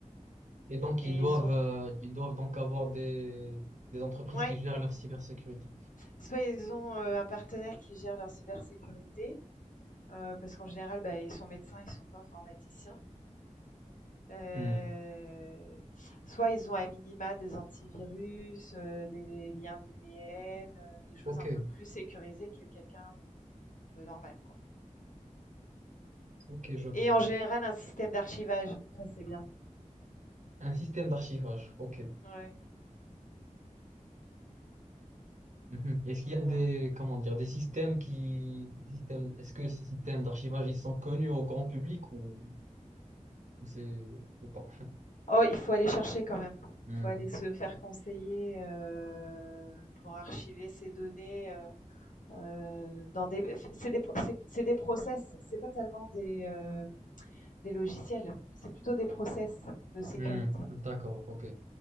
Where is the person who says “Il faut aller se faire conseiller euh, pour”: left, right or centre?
Left